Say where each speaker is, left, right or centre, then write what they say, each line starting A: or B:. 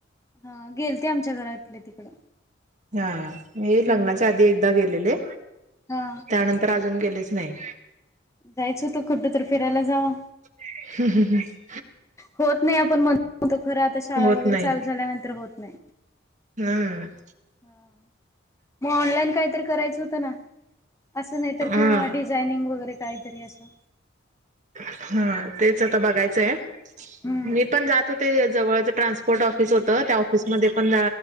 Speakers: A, on the left; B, on the right.
A: हा गेलते आमच्या घरातले तिकडं.
B: हा मी लग्नाच्या
A: हम्म
B: आधी एकदा गेलेले.
A: हा.
B: त्यानंतर अजून गेलेच नाय.
A: जायचं होतं कुटतर फिरायला जावा.
B: <unintelligible>
A: होत नाय आपण म्हणतो खर आता शाळा
B: होत
A: वगैरे
B: नाही
A: चालू झाल्यानंतर होत नाय
B: हम्म.
A: हा मग ऑनलाईन काहीतरी करायचं होतं ना. असं नाय तर
B: हा.
A: किंवा डिझाइनिंग वगैरे काहीतरी असं.
B: हा तेच आता बघायचंय हाय
A: हम्म
B: मी पण जात होते जवळच ट्रान्स पोर्ट ऑफिस होत त्या ऑफिसमध्ये पण